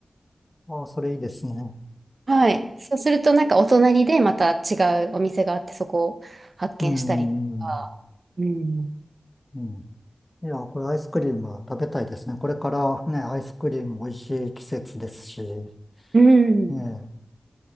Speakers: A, on the left; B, on the right.
A: ああ、それいいですね。
B: はい。そうすると、なんかお隣でまた違うお店があって、そこを発見したりとか。
A: うん。
B: うん。
A: うん。いや、これアイスクリーム食べたいですね。これからね、アイスクリーム美味しい季節ですし、え
B: うん。
A: え。